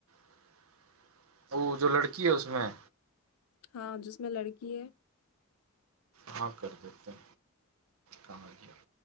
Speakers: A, on the right (about 70°); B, on the left (about 80°).
A: <inaudible> ओ जो लड़की है उसमे
B: हँ जिसमें लड़की है
A: हँ कर देतै कहाँ के